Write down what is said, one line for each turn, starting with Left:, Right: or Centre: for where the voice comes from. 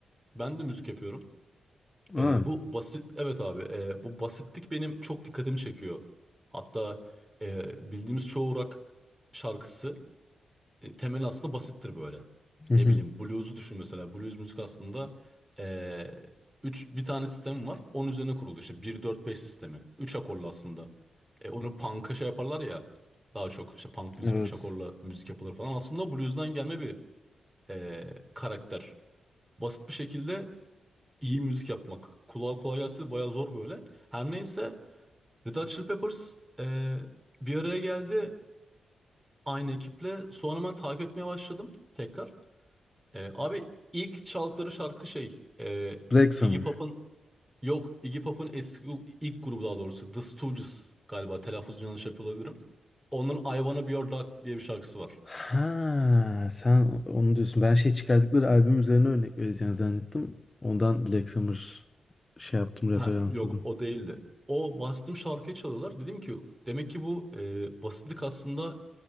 Right: Ben de müzik yapıyorum.
Left: Aa.
Right: E, bu basit, evet abi e, bu basitlik benim çok dikkatimi çekiyor. Hatta e, bildiğimiz çoğu rock şarkısı e, temeli aslında basittir böyle.
Left: <laughs>
Right: Ne bileyim blues'u düşün mesela. Blues müzik aslında e, üç, bir tane sistemi var. Onun üzerine kurulu işte bir dört beş sistemi. üç akorlu aslında. E, onu punk'a şey yaparlar ya. Daha çok işte punk müzik
Left: Evet.
Right: 3 akorla müzik yapılır falan. Aslında o blues'dan gelme bir e, karakter. Basit bir şekilde iyi müzik yapmak. Kulağa kolay gelse de bayağı zor böyle. Her neyse Red Hot Chili Peppers e, bir araya geldi aynı ekiple. Sonra ben takip etmeye başladım tekrar. Ee, abi ilk çaldıkları şarkı şey e,
Left: Black Summer.
Right: Iggy Pop'un yok Iggy Pop'un eski ilk grubu daha doğrusu The Stooges galiba telaffuzunu yanlış yapıyor olabilirim. Onun I Wanna Be Your Dog diye bir şarkısı var.
Left: Ha, sen onu diyorsun. Ben şey çıkardıkları albüm üzerine örnek vereceğini zannettim. Ondan Black Summer şey yaptım, referans
Right: Ha, yok
Left: aldım.
Right: o değildi. O bastım şarkıyı çalıyorlar. Dedim ki demek ki bu e, basitlik aslında